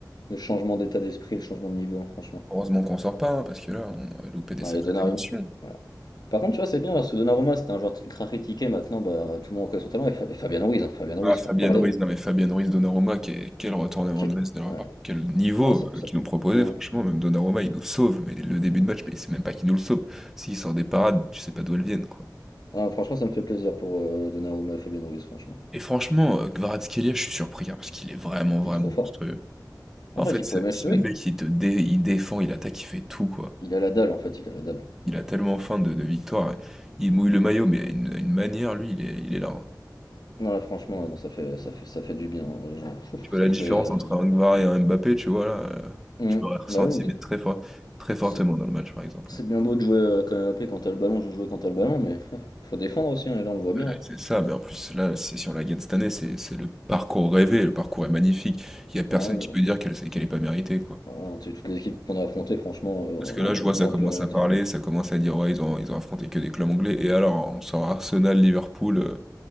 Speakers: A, on the left; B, in the centre.
A: le changement d'état d'esprit, le changement de niveau, hein, franchement.
B: Heureusement qu'on sort pas, hein, parce que là, on aurait loupé des
A: Non,
B: sacrées
A: et Donnarumma.
B: émotions.
A: Voilà. Par contre, tu vois, c'est bien parce que Donnarumma, c'était un joueur ultra critiqué. Maintenant, bah, tout le monde reconnaît son talent. Et, Fa- et Fabien Ruiz, hein, Fabien Ruiz,
B: Ah, Fabian
A: faut en parler.
B: Ruiz,
A: hein.
B: non mais Fabian Ruiz, Donnarumma, quel, quel retournement
A: Qui-
B: de veste de leur
A: ouais.
B: part. Quel niveau
A: Ah, ça- ça-
B: euh, qu'ils nous proposaient,
A: Mm.
B: franchement, même Donnarumma, il nous sauve, mais le début de match, mais c'est même pas qu'il nous le sauve. S'il sort des parades, tu sais pas d'où elles viennent, quoi.
A: Ah, franchement, ça me fait plaisir pour euh, Donnarumma et Fabien Ruiz, franchement.
B: Et franchement, euh, Kvaratskhelia, je suis surpris, hein, parce qu'il est vraiment, vraiment
A: Il est trop fort.
B: monstrueux.
A: En
B: En
A: fait,
B: fait,
A: il pourrait
B: ce,
A: m'acheter.
B: ce mec, il te dé- il défend, il attaque, il fait tout, quoi.
A: Il a la dalle, en fait, il a la dalle.
B: Il a tellement faim de, de victoire. hein. Il mouille le maillot, mais à une, à une manière, lui, il est, il est là. hein.
A: Non, là, franchement, non, ça fait, ça fait, ça fait du bien. hein, genre, ouf,
B: Tu vois
A: ça
B: la
A: fait.
B: différence entre un Kvara et un Mbappé, tu vois là, euh,
A: Mm.
B: tu l'aurais ressenti
A: Bah oui,
B: mais très fort, très fortement
A: c'est
B: dans le match par exemple.
A: c'est bien beau de jouer euh, quand même AP quand t'as le ballon, je veux jouer quand t'as le ballon, mais <laughs> faut défendre aussi, hein, et là, on le voit bien.
B: Ouais,
A: hein.
B: c'est ça, mais en plus là, c'est si on la gagne cette année, c'est c'est le parcours rêvé, le parcours est magnifique. Il y a personne
A: Bah, le-
B: qui peut dire qu'elle qu'elle est pas méritée quoi.
A: Ah, tu sais, toutes les équipes qu'on a affrontées, franchement, euh,
B: Parce que
A: là,
B: là,
A: on peut,
B: je vois ça
A: là, on
B: commence
A: peut rien
B: à
A: dire.
B: parler, ça commence à dire ouais, ils ont ils ont affronté que des clubs anglais et alors on sort Arsenal, Liverpool, euh,